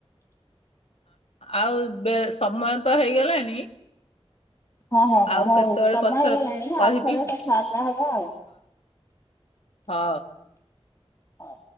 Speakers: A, on the left; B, on the left.
A: ଆଉ ସମୟ ତ ହେଇଗଲାଣି।
B: ହଁ ହଁ ହଁ
A: ଆଉ
B: ହଉ
A: କେତେବେଳେ
B: ସମୟ
A: ପଛରେ
B: ହେଇଗଲାଣି ଆଉ
A: କହିବି
B: ଥରେ କଥାବାର୍ତ୍ତା ହବ ଆଉ।
A: ହଁ।
B: ହଁ।